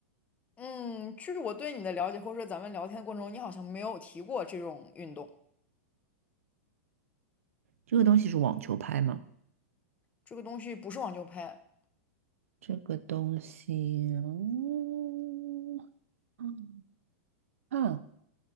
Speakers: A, on the left; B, on the right.
A: 嗯，就是我对你的了解，或者说咱们聊天的过程中，你好像没有提过这种运动。
B: 这个东西是网球拍吗？
A: 这个东西不是网球拍，
B: 这个东西，嗯，嗯啊，